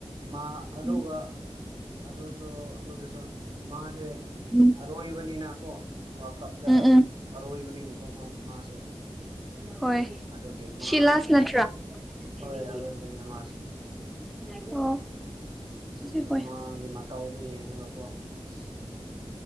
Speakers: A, on the right (about 45°); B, in the centre.
A: ꯃꯥ ꯑꯗꯨꯒ
B: ꯎꯝ
A: ꯑꯗꯨꯁꯨ ꯑꯗꯨꯗꯁꯨ ꯃꯥꯁꯦ
B: ꯎꯝ
A: ꯑꯔꯣꯏꯕꯅꯤꯅꯀꯣ ꯋꯥꯔꯜ ꯀꯞꯇ
B: ꯎꯝ ꯎꯝ
A: ꯑꯔꯣꯏꯕꯅꯤꯅꯀꯣ ꯃꯥꯁꯦ
B: ꯍꯣꯏ
A: ꯑꯗꯨꯒꯤ ꯃꯥꯒꯤ
B: ꯁꯤꯂꯥꯁ ꯅꯠꯇ꯭ꯔꯥ ꯑꯣ
A: ꯍꯣꯏ ꯑꯔꯣꯏꯕꯅꯦ ꯃꯥꯁꯦ ꯑꯗꯨꯒꯤ
B: ꯑꯗꯨꯗꯤ ꯍꯣꯏ
A: ꯃꯥꯒꯤ ꯃꯇꯧꯗꯨ ꯌꯦꯡꯉꯒꯀꯣ ꯑꯁ